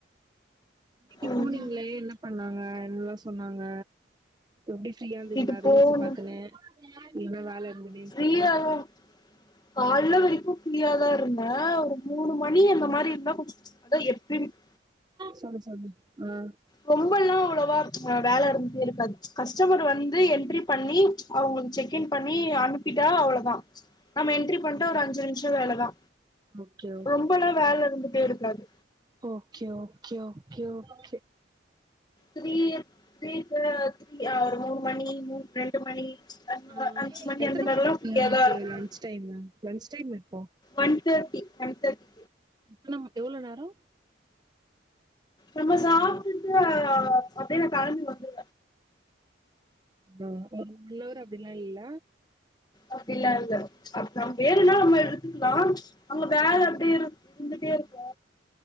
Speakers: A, on the right (about 20°); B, on the left (about 20°).
A: இன்னைக்கு
B: ம்
A: போனீங்களே என்ன பண்ணாங்க என்னலா சொ சொன்னாங்க எப்டி ஃபிரீயா இருந்தீங்ளா
B: இது போனு
A: ரீல்ஸ் பாத்துனு இன்னைக் னா வேல இரு
B: ஃப்ரீயாலும் கால்ல வரைக்கு ஃப்ரீயாதா இருந்தே மூணு மணி அந்த மாரி இருந்தா கொஞ் அத எப்பிரிப்
A: சொல்லு சொல்லு அ
B: ரொம்பெல்லா அவ்ளவா வேல இருந்துட்டே இருக்காது கஸ்டமர் வந்து என்ட்ரி பண்ணி அவுங்க செக் இன் பண்ணி அனு ப்பிட்டா அவ்ளோதா நம்ம என்ட்ரி பண்ட்டா ஒரு அஞ்சு நிம்ஷ வேலதா
A: ஓகே
B: ரொம்பெல்லா வேல இருந்துட்டே இருக்காது
A: ஓக்கே ஓக்கே ஓக்கே ஓக்கே
B: த்ரீயத் த்ரீ தே த்ரீ அ ஒரு மூணு மணி மூ ரெண்டு மணி அ
A: ஆ
B: அஞ்சு மணி
A: எத்தன
B: அந்தநேரல்லா
A: மணிக்கு
B: ஃப்ரீயாதா
A: உங்களுக்கு
B: இருக்கு
A: லன்ச் டைமு லன்ச் டைம் இப்போ
B: ஒன் தேர்ட்டி ஒன் தேர்ட்டி
A: எத்தன ம் எவ்ளோ நேரோ
B: நம்ம சாப்ட்டுட்டு அ அப்டியே நா கெளம்பி வந்துரு
A: ஆ ஒரு ஒன் அவர் அப்டில்லா இல்ல
B: அப்டிலா இல்ல அப் நம் வேணுன்னா நம்ம எடுத்துக்லா அங்க வேல அப்டி இரு ந்துட்டே இருக்கு